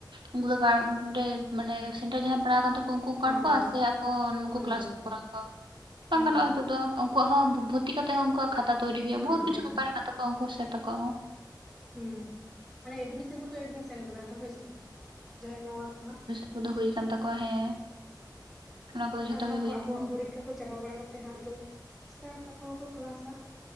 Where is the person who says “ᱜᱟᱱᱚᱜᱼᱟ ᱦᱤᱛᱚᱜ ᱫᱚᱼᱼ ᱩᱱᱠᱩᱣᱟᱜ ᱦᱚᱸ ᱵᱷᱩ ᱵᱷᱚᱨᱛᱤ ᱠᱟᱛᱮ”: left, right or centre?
Right